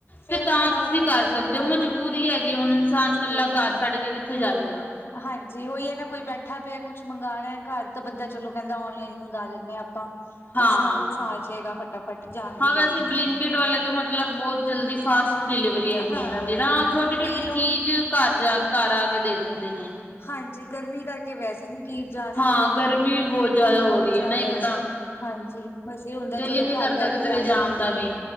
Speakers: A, on the left (about 55°); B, on the left (about 40°).
A: ਫੇਰ
B: ਤੇ ਤਾਂ
A: ਥੋੜਾ
B: ਤੁਸੀਂ
A: ਹੋ ਜਾਂਦਾ
B: ਕਰ
A: ਹੈ
B: ਸਕਦੇ
A: ਹਾਂਜੀ
B: ਹੋ। ਮਜਬੂਰੀ
A: ਉਹ
B: ਹੈਗੀ ਹੁਣ ਇਨਸਾਨ
A: ਜ਼ਰੂਰੀ
B: ਕੱਲਾ ਘਰ
A: ਹੈ
B: ਛੱਡ ਕੇ ਕਿੱਥੇ ਜਾਵੇਗਾ।
A: ਹਾਂਜੀ ਉਹੀ ਹੈ ਨਾ ਕੋਈ ਬੈਠਾ ਪਿਆ ਕੁਛ ਮੰਗਉਣਾ ਘਰ ਤਾਂ ਬੰਦਾ ਚਲੋ ਕਹਿੰਦਾ ਔਨਲਾਈਨ ਮੰਗ ਲੈਂਦੇ ਹਾਂ ਆਪਾਂ। ਕੁਛ
B: ਹਾਂ
A: ਨਾ ਕੁਛ ਆ ਜਾਏਗਾ ਫਟਾਫਟ ਜਾਣ ਦੀ
B: ਹਾਂ
A: ਲੋੜ
B: ਵੈਸੇ
A: ਨਹੀਂ।
B: ਬਲਿੰਕਟ ਵਾਲੇ ਤਾਂ ਮਤਲਬ ਬਹੁਤ ਜਲਦੀ ਫਾਸਟ ਡਿਲੀਵਰੀ ਹੈਗੀ
A: ਹਾਂ
B: ਹੈ ਉਹਦੀ ਨਾ ਛੋਟੀ
A: ਕਈ
B: ਛੋਟੀ
A: ਲੋਕ
B: ਚੀਜ਼ ਘਰ ਜਾ ਕੇ। ਘਰ ਆ ਕੇ ਦੇ ਦਿੰਦੇ ਨੇ।
A: ਹਾਂਜੀ ਗਰਮੀ ਕਰਕੇ ਵੈਸੇ ਨਹੀਂ ਅਸੀਂ ਜਾ
B: ਹਾਂ
A: ਸਕਦੇ
B: ਗਰਮੀ ਵੀ ਬਹੁਤ ਜ਼ਿਆਦਾ
A: ਬਹੁਤ
B: ਹੋ ਰਹੀ
A: ਜ਼ਿਆਦਾ।
B: ਹੈ ਨਾ ਇੱਕ ਤਾਂ
A: ਹਾਂਜੀ ਬਸ ਇਹ ਹੁੰਦਾ
B: ਦਿਲ
A: ਚਲੋ
B: ਹੀ ਨੀ
A: ਘਰ
B: ਕਰਦਾ
A: ਬੈਠ
B: ਕਿਧਰੇ
A: ਕੇ ਆ
B: ਜਾਣ
A: ਜਾਂਦਾ।
B: ਦਾ ਵੀ